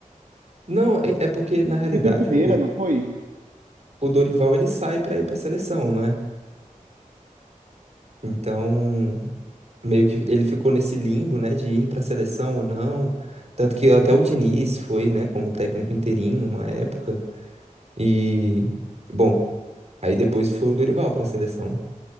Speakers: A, on the right; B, on the right.
A: Não, é, é porque na realidade
B: O Vitor Pereira,
A: o,
B: não foi?
A: o Dorival ele sai pra ir pra seleção, não é? Então, meio que ele ficou nesse limbo, né, de ir pra seleção ou não. Tanto que até o Diniz foi, né, como técnico interino uma época. E, bom, aí depois foi o Dorival pra seleção.